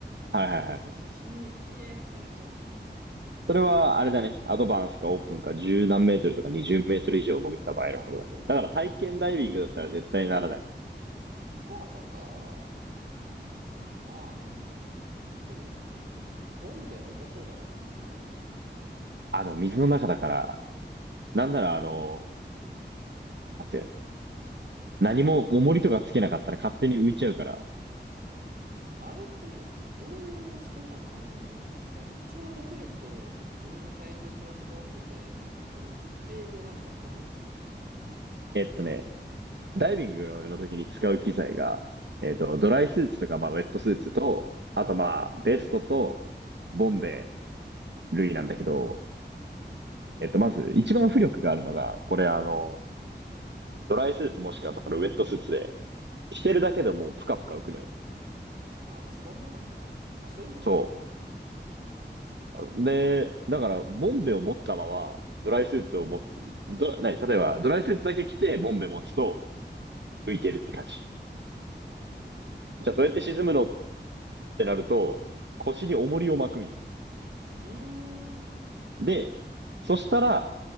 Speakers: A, on the right; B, on the right.
A: はいはいはいはい。
B: ひ、ひ、ひえ、ひえってなっちゃう。
A: それは、あれだね。アドバンスかオープンか10何メートルとか20メートル以上潜った場合のことだね。
B: ああ、そうなんだ。
A: だから体験ダイビングだったら絶対にならない。
B: 怖さか。ああ、まあ、でも、えボンベ重そうだなってのは思う。
A: あ、でも水の中だから、なんならあの、なんていうの何も重りとかつけなかったら勝手に浮いちゃうから。
B: あれって何どういう仕組みなのあの、何ちょうど浮力と自分の体重プラスボンベで、なんかこう、一定でなんかなるようにするの
A: えっとね、ダイビングの時に使う機材が、えっと、ドライスーツとか、まあ、ウェットスーツと、あとまあ、ベストと、ボンベ類なんだけど、えっと、まず、一番浮力があるのが、これあの、ドライスーツもしくはそのウェットスーツで、着てるだけでもうプカプカ浮くのよ。
B: あ、あれ、スポンジだもんね。あ、そういう問題じゃないのか。
A: そう。で、だから、ボンベを持ったまま、ドライスーツをも、ど、ね、例えば、ドライスーツだけ着て、ボンベ持つと、浮いてるって感じ。じゃあ、
B: ドライスーツ、
A: どうやって沈むのっ
B: うん、
A: てなると、
B: なるほどね。
A: 腰に重りを巻くんよ。
B: うーん。
A: で、そしたら、